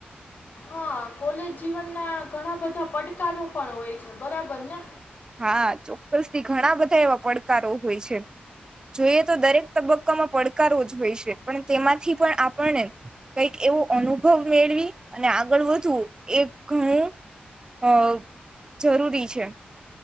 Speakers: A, on the left; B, on the right.
A: હા કોલેજ જીવન ના ઘણા બધા પડકારો પણ હોય છે, બરાબર ને?
B: હા ચોક્કસથી ઘણા બધા એવા પડકારો હોય છે, જોઈએ તો દરેક તબક્કામાં પડકારો જ હોય છે, પણ તેમાંથી પણ આપણને કંઈક એવો અનુભવ મેળવી અને આગળ વધવું એ ઘણું આ જરૂરી છે.